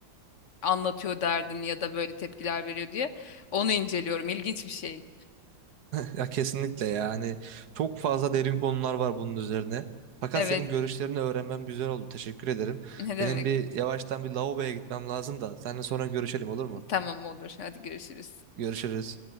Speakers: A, on the left (about 55°); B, on the right (about 60°).
A: anlatıyor derdini ya da böyle tepkiler veriyor diye. Onu inceliyorum. İlginç bir şey.
B: Ya kesinlikle ya. Hani çok fazla derin konular var bunun üzerine. Fakat
A: Evet.
B: senin görüşlerini öğrenmem güzel oldu. Teşekkür ederim.
A: Ne demek?
B: Benim bir yavaştan bir lavaboya gitmem lazım da. Seninle sonra görüşelim olur mu?
A: Tamam olur. Hadi görüşürüz.
B: Görüşürüz.